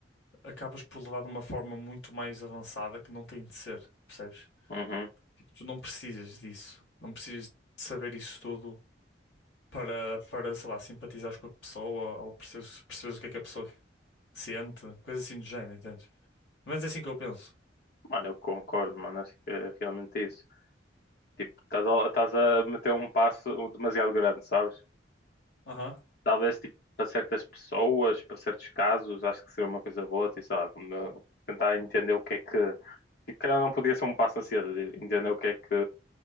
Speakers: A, on the left; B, on the left.
A: acabas por levar de uma forma muito mais avançada que não tem de ser, percebes?
B: Uhum.
A: Tipo, tu não precisas disso. Não precisas de saber isso tudo para, para, sei lá, simpatizares com a pessoa ou perceberes, perceberes o que é que a pessoa sente, coisa assim do género, entendes? Mas é assim que eu penso.
B: Mano, eu concordo, mano. Acho que é realmente isso. Tipo, estás a, estás a meter um passo demasiado grande, sabes?
A: Aham,
B: Talvez tipo para certas pessoas, para certos casos, acho que seria uma coisa boa, tipo, sei lá, como eu- tentar entender o que é que. Tipo, calhar não podia ser um passo a ser, entender o que é que